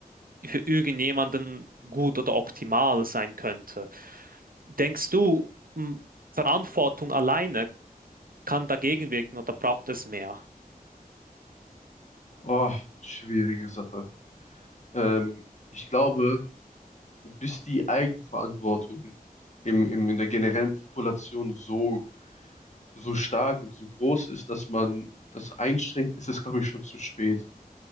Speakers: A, on the right; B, on the left.
A: für irgendjemanden gut oder optimal sein könnte. Denkst du, m, Verantwortung alleine kann dagegen wirken oder braucht es mehr?
B: Oh, schwierige Sache. Ähm, ich glaube, bis die Eigenverantwortung im, im, in der generellen Population so so stark und so groß ist, dass man das einschränkt, ist es, glaube ich, schon zu spät.